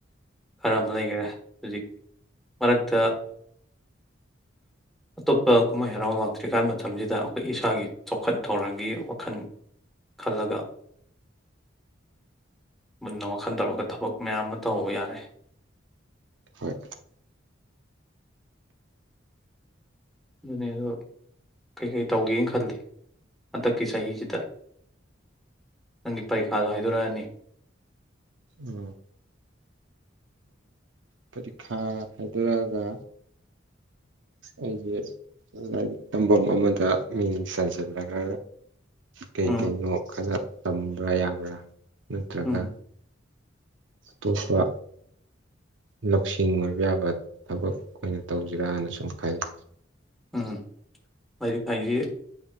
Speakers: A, in the centre; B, on the right.
A: ꯈꯔ ꯑꯃ ꯂꯩꯈꯔꯦ ꯍꯧꯖꯤꯛ ꯃꯔꯛꯇ ꯑꯇꯣꯞꯄ ꯀꯨꯝꯍꯩ ꯍꯔꯥꯎ ꯂꯥꯛꯇ꯭ꯔꯤꯀꯥꯟ ꯃꯇꯝꯁꯤꯗ ꯑꯩꯈꯣꯏ ꯏꯁꯥꯒꯤ ꯆꯥꯎꯈꯠ ꯊꯧꯔꯥꯡꯒꯤ ꯋꯥꯈꯜ ꯈꯜꯂꯒ ꯃꯨꯟꯅ ꯋꯥꯈꯜ ꯇꯧꯔꯒ ꯊꯕꯛ ꯃꯌꯥꯝ ꯑꯃ ꯇꯧꯍꯧꯕ ꯌꯥꯔꯦ
B: ꯍꯣꯏ
A: ꯑꯗꯨꯅꯦ ꯑ ꯀꯩꯀꯩ ꯇꯧꯒꯦꯅ ꯈꯜꯂꯤ ꯍꯟꯗꯛꯀꯤ ꯆꯍꯤꯁꯤꯗ ꯅꯪꯒꯤ ꯄꯔꯤꯈꯥꯗꯣ ꯍꯥꯏꯗꯣꯔꯛꯑꯅꯤ
B: ꯎꯝ ꯄꯔꯤꯈꯥ ꯍꯥꯏꯗꯣꯔꯛꯑꯒ ꯑꯩꯁꯦ ꯂꯥꯏꯔꯤꯛ ꯇꯝꯐꯝ ꯑꯃꯗ ꯃꯤꯡ ꯆꯟꯁꯤꯜꯂꯒ ꯀꯩꯀꯩꯩꯅꯣ
A: ꯎꯝ
B: ꯈꯔ ꯇꯝꯕ꯭ꯔ ꯌꯥꯕ ꯅꯠꯇ꯭ꯔꯕ
A: ꯎꯝ
B: ꯑꯇꯣꯞꯄ ꯂꯧꯁꯤꯡ ꯑꯣꯏꯕ ꯌꯥꯕ ꯊꯕꯛ ꯑꯣꯏꯅ ꯇꯧꯁꯤꯔꯥꯅ ꯁꯨꯝ ꯈꯜꯂꯤ
A: ꯎꯝ ꯂꯥꯏꯔꯤꯛ ꯂꯥꯏꯁ